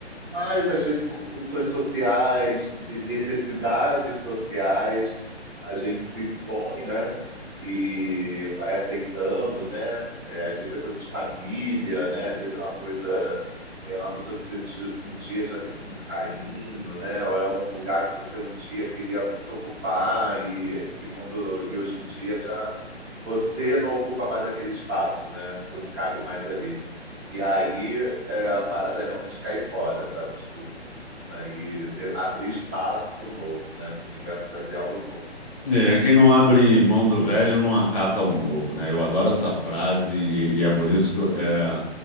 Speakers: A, on the right (about 15°); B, on the left (about 30°).
A: Mas às vezes por condições sociais, de necessidades sociais, a gente se põe, né? E vai aceitando, né? É, às vezes é coisa de família, né? Às vezes é uma coisa, é uma pessoa que você de- um dia já teve muito carinho, né? Ou é um lugar que você um dia queria muito ocupar e, e quando e hoje em dia já você não ocupa mais aquele espaço, né? Você não cabe mais ali. E aí é, a parada é realmente cair fora, sabe? Tipo, aí de- abrir espaço para o novo, né? Para o universo trazer algo novo.
B: É, quem não abre mão do velho não acata o novo, né? Eu adoro essa frase e, e é por isso que eu, é,